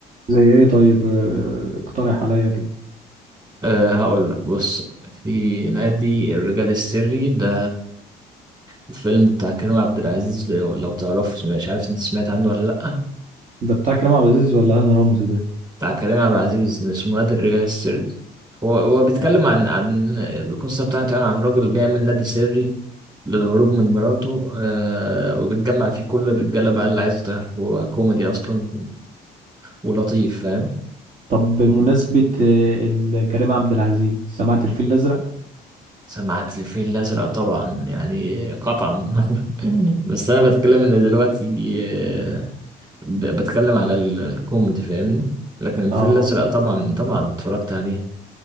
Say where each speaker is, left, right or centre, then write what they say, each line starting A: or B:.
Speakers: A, on the right; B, on the right.
A: زي ايه طيب آه، اقترح عليا كده
B: أه هقول لك بص في نادي الرجال السري ده الفيلم بتاع كريم عبد العزيز لو لو تعرفه مش عارف أنت سمعت عنه ولا لأ
A: ده بتاع كريم عبد العزيز ولا هاني رمزي ده
B: بتاع كريم عبد العزيز اسمه نادي الرجال السري هو هو بيتكلم
A: آه.
B: عن عن القصة بتاعته يعني عن راجل بيعمل نادي سري للهروب من مراته آه وبتجمع فيه كل الرجالة بقى اللي عايزة تهرب هو كوميدي أصلا ولطيف فاهم
A: طب بمناسبة آه، ال- كريم عبد العزيز سمعت الفيل الأزرق؟
B: سمعت الفيل الأزرق طبعا يعني قطعا <laughs> بس أنا بتكلم إن دلوقتي يجي آه، ب- بتكلم على ال- الكوميدي فاهمني لكن الفيل
A: اه
B: الأزرق طبعا طبعا اتفرجت عليه